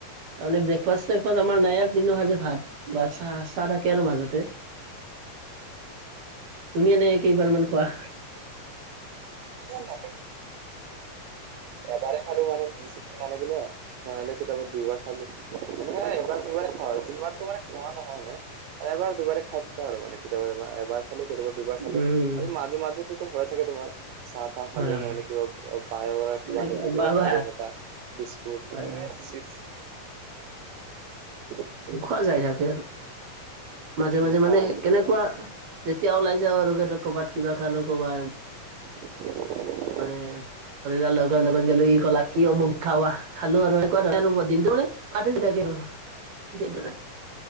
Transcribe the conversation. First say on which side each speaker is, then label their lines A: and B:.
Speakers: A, on the right (about 65°); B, on the right (about 85°).
A: তাৰমানে ব্ৰেকফাষ্ট চেকফাস্ত আমাৰ নাই আৰ তিনো সাজে ভাত বা চাহ চাহ থাকে আৰু মাজতে তুমি এনে কেইবাৰমান খোৱা?
B: <unintelligible> মানে মই খাইছোঁ মানে এবাৰে খাৰো মানে <unintelligible> এনে কিতাপত দুইবাৰ খালো নাই এবাৰ দুবাৰে খোৱা হয় তিনবাৰ মানে খোৱা নহয় এনে এবাৰ দুবাৰে খাই থৈও আৰু মানে কেতিয়াবা এবাৰ খালোঁ কেতিয়াবা দুবাৰ খালোঁ
A: উম
B: আৰু মাজে মাজেটো হৈ থাকে তোমাৰ চাহ চাহ খালোঁ
A: হয় হয়
B: নহলে কিবা বাহিৰৰ কিবা
A: এনেকুৱা
B: আনি পেলাই কিবা
A: বা বা
B: খালোঁ এনেকা বিস্কুট
A: হয়
B: এ
A: হয়
B: চিপচ <unintelligible>
A: খোৱা যাই থাকে আৰু মাজে, মাজে
B: খোৱা
A: মানে
B: হৈছে
A: কেনেকুৱা যেতিয়া ওলাই যাও আৰু হেটো ক'ৰবাত কিবা খালোঁ কিবাৰ
B: <inaudible>
A: মানে শৰিলৰ লগৰ লগত গলো ই কলাক কি অমুক খাৱা খালো আৰু <unintelligible> দিনটো মানে কাট <unintelligible>